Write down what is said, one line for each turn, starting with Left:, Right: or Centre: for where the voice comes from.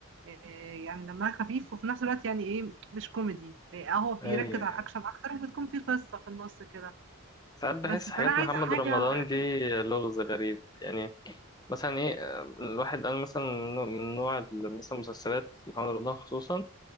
Right: آه، يعني دمها خفيف وفي نفس الوقت يعني ايه مش كوميدي آه، هو بيركز
Left: ايوه
Right: على الاكشن اكتر وبتكون في قصة في النص كده
Left: ساعات بحس
Right: بس فانا
Left: حاجات
Right: عايزة
Left: محمد
Right: حاجة
Left: رمضان دي
Right: كده
Left: لغز غريب يعني مثلا ايه آه، الواحد انا مثلا نوع- من نوع ال- مثلا مسلسلات محمد رمضان خصوصا